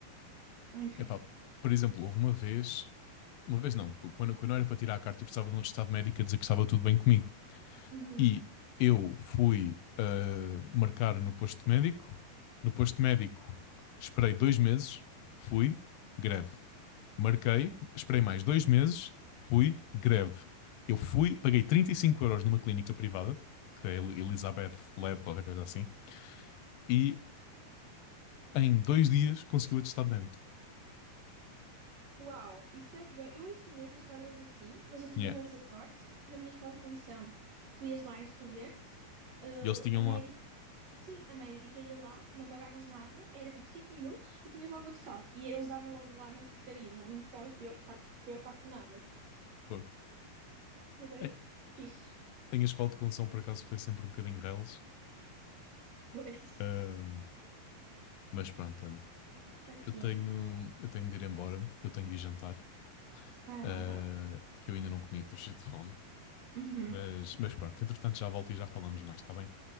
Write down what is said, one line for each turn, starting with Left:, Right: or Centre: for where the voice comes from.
Right: enfim.
Left: Epá, por exemplo, houve uma vez Uma vez não, quando, quando era para tirar a carta, eu precisava de um atestado médico a dizer que estava tudo bem comigo.
Right: Uhum.
Left: E eu fui ah, marcar no posto médico. No posto médico, esperei dois meses, fui, greve. Marquei, esperei mais dois meses, fui, greve. Eu fui, paguei 35 euros numa clínica privada, que é El- Elizabeth Lab, qualquer coisa assim, e em dois dias consegui o atestado médico.
Right: Uau, isso é bué. Eu ouço imensas histórias assim, mas eu tive
Left: Yeah.
Right: imensa sorte, porque na minha escola de condução, tu ias lá inscrever-te, ah,
Left: E eles tinham
Right: a médica,
Left: lá.
Right: sim, a médica ia lá, não pagavas nada, era tipo 5 minutos e tinhas logo o atestado. E eles davam logo lá na secretaria, não, não precisavas preocupar, preocupar com nada.
Left: Pô,
Right: Foi bué
Left: ei,
Right: fixe. <laughs>
Left: Tem a escola de condução, por acaso, foi sempre um bocadinho reles.
Right: Pois,
Left: Ah, mas pronto, olha,
Right: é o que
Left: eu tenho,
Right: é.
Left: eu tenho de ir embora, eu tenho de ir jantar,
Right: Vai
Left: ah,
Right: lá, vai lá.
Left: que eu ainda não comi, estou cheio de fome.
Right: Uhum.
Left: Mas, mas pronto, entretanto já volto e já falamos mais, está bem?